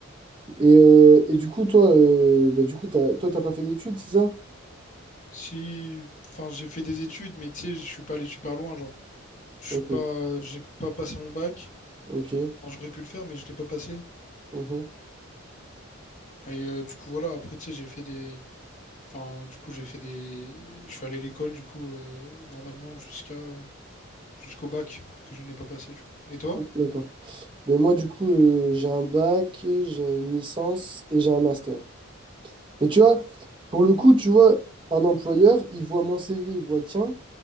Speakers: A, on the right; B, on the left.
A: Et, euh, et du coup, toi, euh, bah, du coup, t'as, toi, t'as pas fait d'études, c'est ça?
B: Si... Enfin, j'ai fait des études, mais tu sais, je suis pas allé super loin, genre. Je
A: Ok,
B: suis pas... J'ai pas passé mon bac.
A: ok.
B: Enfin, j'aurais pu le faire, mais je l'ai pas passé.
A: mhm.
B: Et euh, du coup, voilà, après, tu sais, j'ai fait des... Enfin, du coup, j'ai fait des. Je suis allé à l'école, du coup, euh, normalement, jusqu'à jusqu'au bac que je n'ai pas passé, du coup. Et toi?
A: Ok, D'accord. Ben moi, du coup, euh, j'ai un bac, j'ai une licence et j'ai un master. Mais tu vois, pour le coup, tu vois, un employeur, il voit mon CV, il voit le tien,